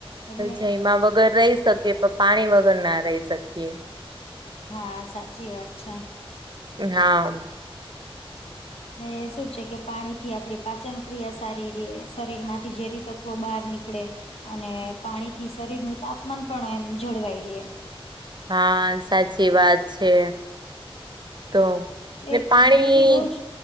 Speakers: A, on the left; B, on the right.
A: એટલે
B: જયમા વગર રહી શકીએ પણ પાણી વગર ના રહી શકીએ.
A: હા સાચી વાત છે.
B: હા
A: ને શું છે કે પાણી થી આપણી પાચનક્રિયા સારીર્યે શરીરમાંથી ઝેરી તત્વો બહાર નીકળે. અને પાણીથી શરીરનું તાપમાન પણ એમ જળવાઈ રયે.
B: હા સાચી વાત છે તો.
A: એ
B: ને પાણી
A: ડેઇલી રોજ.